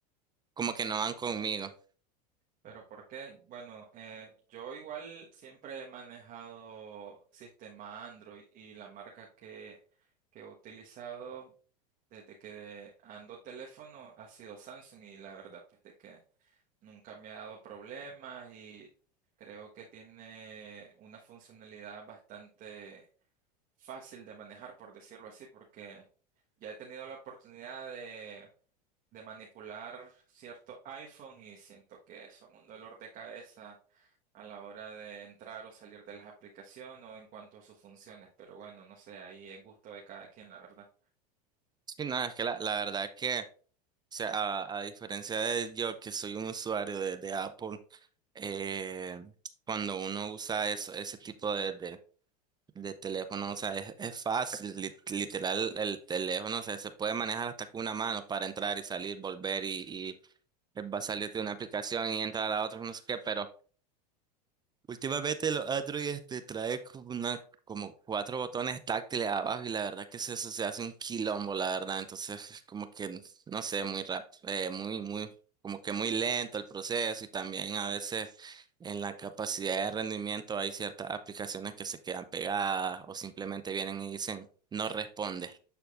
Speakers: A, on the right; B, on the right.
A: como que no van conmigo.
B: ¿Pero por qué? Bueno, eh, yo igual siempre he manejado sistema Android y la marca que, que he utilizado desde que ando teléfono ha sido Samsung y la verdad pues de que nunca me ha dado problemas y creo que tiene una funcionalidad bastante fácil de manejar, por decirlo así, porque ya he tenido la oportunidad de, de manipular cierto iPhone y siento que son un dolor de cabeza a la hora de entrar o salir de las aplicaciones o en cuanto a sus funciones, pero bueno, no sé, ahí es gusto de cada quien, la verdad.
A: Sí, no, es que la, la verdad que, o sea, a, a diferencia de yo que soy un usuario de, de Apple, eh, cuando uno usa eso, ese tipo de, de de teléfono, o sea, es, es fácil, li- literal, el teléfono, o sea, se puede manejar hasta con una mano para entrar y salir, volver y, y eh, va a salir de una aplicación y entrar a otra, no sé qué, pero Últimamente los Android este, trae como, una- como cuatro botones táctiles abajo y la verdad que se, se hace un quilombo, la verdad. Entonces, es como que, no sé, muy rap, eh, muy, muy, como que muy lento el proceso y también a veces en la capacidad de rendimiento hay ciertas aplicaciones que se quedan pegadas o simplemente vienen y dicen no responde.